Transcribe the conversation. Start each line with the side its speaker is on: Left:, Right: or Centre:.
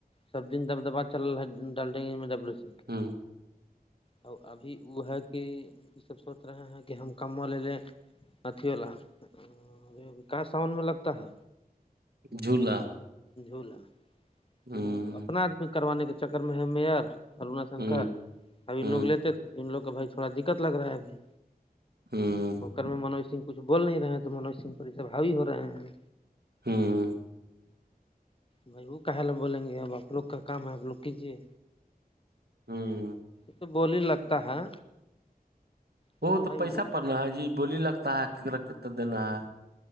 Left: سب دن دب دبا چل رہا ڈل ڈیں گے ڈبلو س
Right: ہ
Left: اور ابھی وہ ہے کہ یہ سب سوچ رہے ہیں کہ ہم کما لے لے اھی وال کا ساؤن میں لگتا ہے
Right: جھولا
Left: جھولا
Right: ہ
Left: وہ اپنا آدمی کروانے کے چکر میں ہے مئر ارونا شنکر
Right: ہ
Left: اب ان
Right: ہ
Left: لوگ لیتے تھے تو ان لوگ کا بھائی تھوڑا دقت لگ رہا ہے ابھی
Right: ہوں
Left: ر میں منوج سنگھ کھ بول نہیں رہے تو موج سنگ پر سے ہای ہو رہے ہیں
Right: ہوں
Left: بھائی وہ کال بولیں گے اب آپ لوگ کا کام ہے آپ لوگ کیجیے
Right: ہوں
Left: تو بول ہی لگتا ہے لیکن
Right: وہ
Left: بھائی
Right: تو پیسہ پڑنا ہے جی بولی لگتا ہے ککنا کتنا دینا ہے